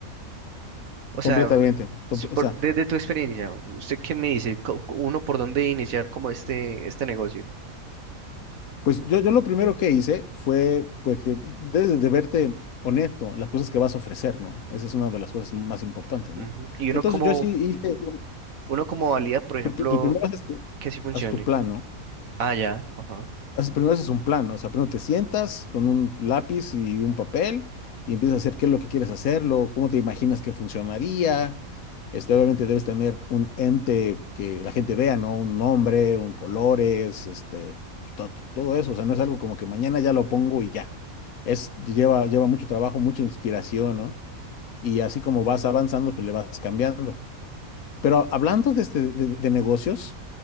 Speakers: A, on the right; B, on the left.
A: O sea,
B: completamente. Com-
A: si por-
B: O sea,
A: desde tu experiencia, ¿usted qué me dice? Co- co- ¿Uno por dónde iniciar como este, este negocio?
B: pues yo, yo lo primero que hice fue, pues que debes de verte honesto, las cosas que vas a ofrecer, ¿no? Esa es una de las cosas más importantes, ¿no?
A: Ujú. Y uno
B: Entonces
A: como,
B: yo sí hice, un-
A: uno como valida, por ejemplo,
B: pr- pr- pr- primero haces tu,
A: que sí funcione.
B: haz tu plan, ¿no?
A: Ah, ya, ajá.
B: haces- primero haces un plan, ¿no? O sea, primero te sientas con un lápiz y un papel y empiezas a hacer qué es lo que quieres hacerlo, cómo te imaginas que funcionaría. Este, obviamente debes tener un ente que la gente vea, ¿no? Un nombre, un colores, este, to- todo eso. O sea, no es algo como que mañana ya lo pongo y ya. Es, lleva, lleva mucho trabajo, mucha inspiración, ¿no? Y así como vas avanzando, pues le vas cambiando. Pero hablando de, este- de- de negocios,